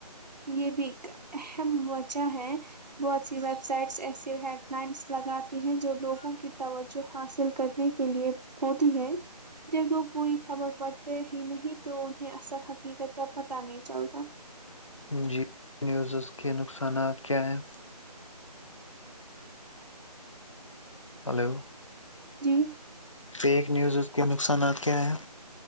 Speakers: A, on the right; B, on the left.
A: یہ بھی ایک اہم وجہ ہے بہت سی ویب سائٹس ایسے ہیڈ لائنس لگاتی ہیں جو لوگوں کی توجہ حاصل کرنے کے لیے ہوتی ہے جب لوگ پوری خبر پڑتے ہی نہیں تو انہیں اصل حقیقت کا پتہ نہیں چلتا
B: جی نیوزز کے نقصانات کیا ہیں ہلو
A: جی
B: فیک نیوزز کے نقصانات کیا ہیں؟